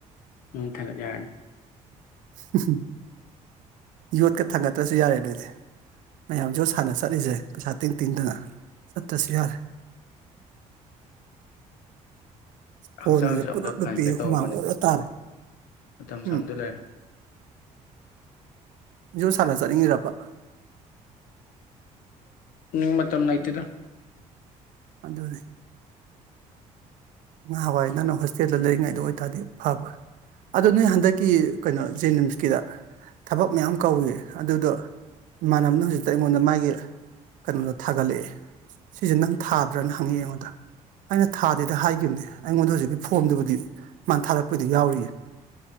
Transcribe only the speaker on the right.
ꯍꯨꯝ ꯍꯨꯝ ꯌꯣꯠꯀ ꯊꯥꯡꯒꯠꯇ꯭ꯔꯁꯨ ꯌꯥꯔꯦ ꯅꯣꯏꯗꯤ ꯃꯌꯥꯝ ꯌꯣꯠ ꯁꯥꯟꯅ ꯆꯠꯂꯤꯁꯦ ꯄꯩꯁꯥ ꯇꯤꯡ ꯇꯤꯡꯗꯅ ꯆꯠꯇ꯭ꯔꯁꯨ ꯌꯥꯔꯦ ꯐꯣꯟꯒꯁꯦ
ꯄꯨꯂꯞ
ꯅꯨ
ꯄꯤ ꯍꯦ ꯍꯨꯃꯥꯡ
ꯑꯣꯔꯣ ꯑꯣꯔꯤ ꯇꯥꯔꯦ
ꯎꯝ
ꯌꯣꯠ ꯁꯥꯟꯅ ꯆꯠꯅꯤꯡꯉꯤꯔꯕ
ꯑꯗꯨꯅꯤ ꯉꯍꯥꯟꯋꯥꯏ ꯅꯪꯅ ꯍꯣꯁꯇꯦꯜꯗ ꯂꯩꯔꯤꯉꯩꯗ ꯑꯣꯏꯇꯥꯔꯗꯤ ꯐꯕ꯭ꯔ ꯑꯗꯨꯗꯣ ꯅꯣꯏ ꯍꯟꯗꯛꯀꯤ ꯀꯩꯅꯣ ꯖꯦꯅꯤꯝꯁꯀꯤꯔ ꯊꯕꯛ ꯃꯌꯥꯝ ꯀꯧꯏ ꯑꯗꯨꯗꯣ ꯏꯃꯥꯟꯅꯕꯅ ꯍꯧꯖꯤꯛꯇ ꯑꯩꯉꯣꯟꯗ ꯃꯥꯒꯤ ꯀꯩꯅꯣꯗꯣ ꯊꯥꯒꯠꯂꯛꯑꯦ ꯁꯤꯁꯦ ꯅꯪ ꯊꯥꯗ꯭ꯔꯅ ꯍꯪꯉꯤ ꯑꯩꯉꯣꯟꯗ ꯑꯩꯅ ꯊꯥꯗꯦꯗ ꯍꯥꯏ ꯅꯦ ꯑꯩꯉꯣꯟꯗ ꯍꯧꯖꯤꯛꯀꯤ ꯐꯣꯝꯗꯨꯕꯨꯗꯤ ꯃꯥꯅ ꯊꯥꯔꯛꯄꯩꯗꯤ ꯌꯥꯎꯔꯤꯌꯦ